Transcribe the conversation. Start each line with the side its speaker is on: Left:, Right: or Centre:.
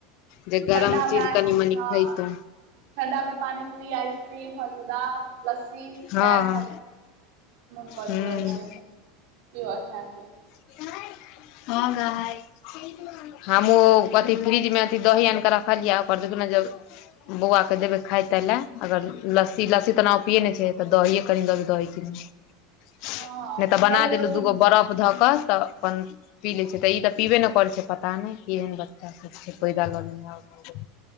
Left: जे गरम
Right: ठंडामे
Left: चीज
Right: आइस
Left: कनि मनि
Right: हँ
Left: खैतौं
Right: ठण्डा मे पानीपूरी, आइसक्रीम, फलूदा, लस्सी
Left: हँ
Right: सैह
Left: हँ
Right: सब मोन करैत
Left: हूँ
Right: रहै छै पीबऽ खैके।
Left: <unintelligible> हमूँ, कथी फ्रिज मे अथी दही आइन कऽ रखलियै ओकर बौआके देबै खाय ताय लए अगर लस्सी, लस्सी ओना उ पियैय नय छै तऽ दहीए कनि दऽ देबय दही चीनी।
Right: हँ
Left: नय तऽ बना
Right: दहियो
Left: देलु
Right: ठण्डा
Left: दूगो बरफ धऽ कऽ तऽ अपन पी लै छै। तऽ ई तऽ पीबे नय करै छै पता नय केहेन बच्चा सब छै। पैदा लऽ लेने